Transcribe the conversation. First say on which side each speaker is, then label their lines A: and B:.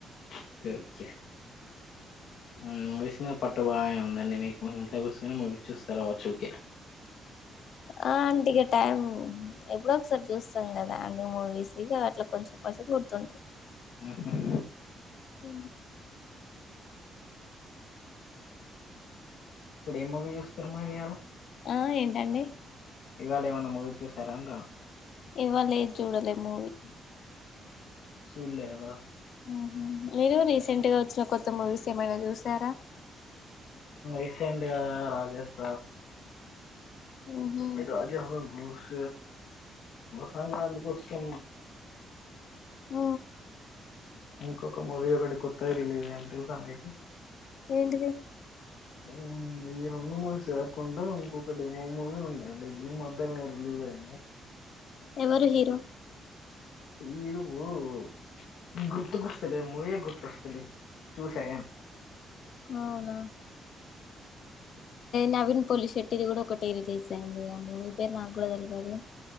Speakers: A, on the left (about 75°); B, on the left (about 60°).
A: ఒకే, ఒకే. హ్మ్మ్, మూవీస్స్ మీద పట్టు బాగానే ఉందండి మీకు. ఇంట్లో కూసుకొని మూవీస్స్ చూస్తారు కావచ్చు ఊకే.
B: ఆ ఆంటీకా టైమ్. ఎప్పుడ ఒకసారి చూస్తాం, కదా అండి మూవీస్? ఇగ అ, అట్లా కొంచెం కొంచెం గుర్తుంటాయి.
A: మ్మ్.
B: అ
A: ఇప్పుడు ఏం మవ చూస్తారు మరి ఇ అలా
B: ఆ ఏంటండి
A: ఇవాళ ఏమైన్నా మూవీ చూసారా అంటను
B: ఇవాళ చూడలే మూవి
A: సూలే అదా
B: ఆ మీరు రీసెంట్ గా వచ్చిన కొత్త మూవీస్ ఏమైనా చూసారా
A: ఇస్ ఇడియా రాజస్
B: ఉహు.
A: ఏ అజ బష సంక్ర ప్ర వస్తు
B: ఆ
A: ఇంకొక మూవీ ఒకటి కొత్తది రిలీజ్ అయ్యని తెలుసా మీకు
B: ఏంటిది
A: అవు ఈ రెండు మూవీ లేకుండా ఇంకొకటి మూ మూవీ ఉన్నాయండి ఈ మధ్యలో రిలీజ్ ఐంది
B: ఎవరు హీరో
A: హీరో బో ఎవరో గుర్తుకొస్తలేదు మూవే గుర్తుకొస్తలేదు చూస అయను
B: అవునా నవీన్ పొలిశెట్టిది కూడా ఒకటి రిలీజ్ అయింది అమ ఈ పేరు నాకు కూడా తెలియదు